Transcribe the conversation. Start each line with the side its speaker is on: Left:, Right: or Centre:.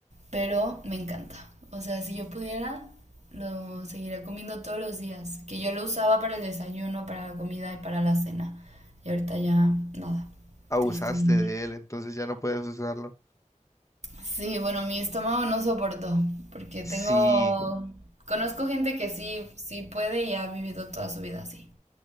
Right: Pero me encanta. O sea, si yo pudiera, lo seguiría comiendo todos los días. Que yo lo usaba para el desayuno, para la comida y para la cena. Y ahorita ya nada,
Left: Abusaste
Right: tristemente.
Left: de él, entonces ya no puedes usarlo.
Right: Sí, bueno, mi estómago no soportó, porque
Left: Sí.
Right: tengo... Conozco gente que sí, sí puede y ha vivido toda su vida así,